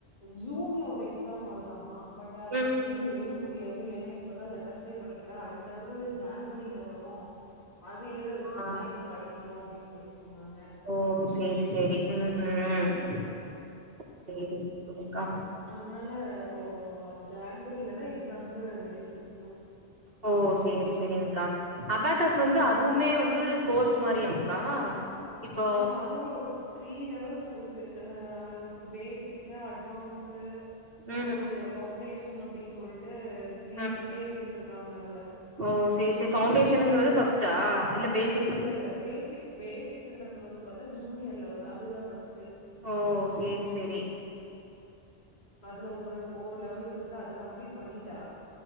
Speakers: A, on the left (about 40°); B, on the right (about 55°).
A: ஜூன்ல ஒரு எக்ஸாம் வருதாமா பட் அது
B: ம்.
A: வந்து எழுத முடியாது ஏனா இப்பதா லெட்டர்ஸே படிக்கிறா அதுக்கடுத்தது ஜான்வரில வரு அது எழுத வெச்சிக்கலா
B: ஆ.
A: இப்ப படிக்கிட்டு அப்டின் சொல்லி சொன்னாங்க
B: ஓ சேரி சேரி ம் சேரிங்க்கா
A: அதனால அப்ரோ ஜான்வரிலதா எக்ஸாம்க்கு எழுதிக்னு
B: ஓ சேரி செரிங்க்கா அபேக்கஸ் வந்து அதுவுமே வந்து கோர்ஸ் மாரியாங்க்கா இப்போ
A: ஆம்மா அதுவு த்ரீ லெவல்ஸ் இருக்கு அ பேசிக்கா அட்வான்ஸு
B: ம்,
A: அப்ரோ யுவ பஃவுண்டேஷன் அப்டின் சொல்ட்டு த்ரீ
B: ம்.
A: ஸ்டேஜ் வெச்சுருக்காங்க அதுல
B: ஓ சே சே பவுண்டேஷனுங்கரது ஃப்பஸ்ட்டா இல்ல பேஸ்
A: இல்லல்ல பேசிக் பேசிக்கின்றது வந்து பாத்தா ஜூனியர் லெவல் அதுதா ஃபர்ஸ்ட்டு
B: ஓ சேரி செரி
A: அதுல ஒரு ஃபோர் லெவல்ஸ் இருக்கு அது கம்ப்ளீட் பண்ணிட்டா